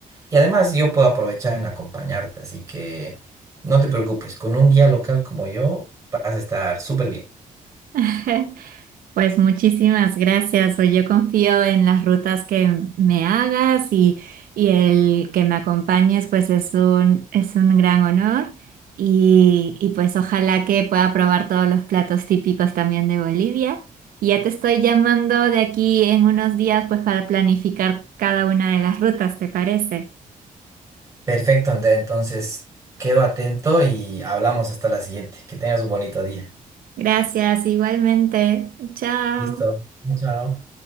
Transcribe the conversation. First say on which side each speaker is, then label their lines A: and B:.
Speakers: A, on the right; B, on the right.
A: Y además yo puedo aprovechar en acompañarte, así que no te preocupes, con un guía local como yo vas a estar súper bien.
B: <laughs> Pues muchísimas gracias. Pues yo confío en las rutas que me hagas y, y el que me acompañes, pues es un, es un gran honor. Y, y pues ojalá que pueda probar todos los platos típicos también de Bolivia. Y ya te estoy llamando de aquí en unos días, pues para planificar cada una de las rutas, ¿te parece?
A: Perfecto, Andrea. Entonces, quedo atento y hablamos hasta la siguiente. Que tengas un bonito día.
B: Gracias, igualmente. Chao.
A: Listo. Chao.